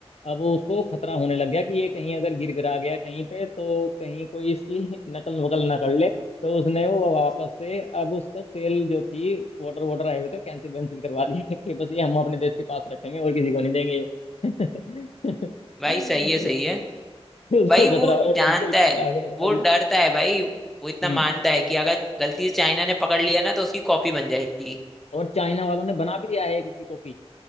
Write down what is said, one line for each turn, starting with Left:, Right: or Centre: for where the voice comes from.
Left: अब उसको खतरा होने लग गया कि ये कहीं अगर गिर गिरा गया कहीं पे तो कहीं कोई इसकी <laughs> नकल वकल ना कर ले तो उसने वो वापस से अब उसका सेल जो थी वाटर वाटर आए हुए थे कैंसिल वैंसिल करवा दी <laughs> कि बस ये हम अपने देश के पास रखेंगे और किसी को नहीं देंगे <laughs>
Centre: भाई सही है सही है
Left: उसका
Centre: भाई
Left: खतरा
Centre: वो
Left: हो गया
Centre: जानता
Left: कब कोई तो
Centre: है
Left: डाक पता
Centre: वो
Left: लगे
Centre: डरता है भाई वो इतना
Left: हम्म
Centre: मानता है कि अगर गलती से चाइना ने पकड़ लिया ना तो उसकी कॉपी बन जाएगी
Left: और चाइना वालों ने बना भी दिया है एक उसकी कॉपी